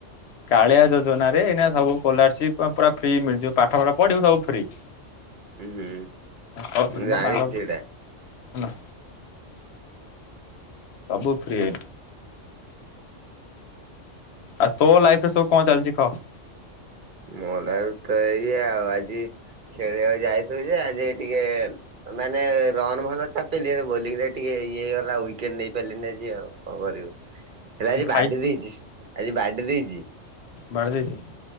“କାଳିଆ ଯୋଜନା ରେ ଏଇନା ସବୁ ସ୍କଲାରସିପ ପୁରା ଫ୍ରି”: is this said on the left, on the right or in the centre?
Left